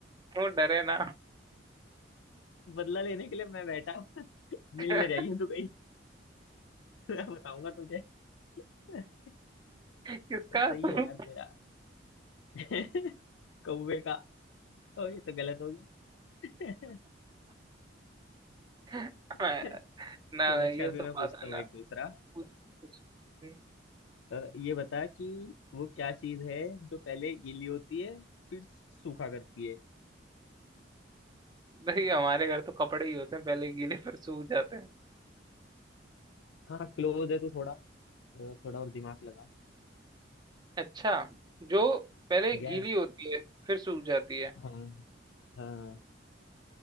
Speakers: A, on the right; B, on the left.
A: वो डरे ना
B: बदला लेने के लिए मैं बैठा <laughs> मिल
A: <laughs>
B: ना जाइए तू कहीं मैं बताऊंगा तुझे <laughs>
A: किसका
B: सही
A: तुम
B: है यार तेरा <laughs> कौवे का ओ ये तो गलत हो गया
A: <laughs>
B: <laughs> चल
A: ना ना ये
B: अच्छा अभी
A: सब
B: मैं
A: बात
B: पूछता
A: है
B: हूँ
A: ना
B: एक दूसरा
A: पूछ पूछ हम्म।
B: अ, ये बता कि वो क्या चीज है जो पहले गीली होती है फिर सूखा करती है
A: नहीं हमारे घर तो कपड़े ही होते हैं पहले गीले फिर सूख जाते हैं
B: हाँ क्लोज है तो थोड़ा अ, थोड़ा और दिमाग लगा
A: अच्छा जो पहले गीली
B: यस
A: होती है फिर सूख जाती है आ,
B: हाँ हाँ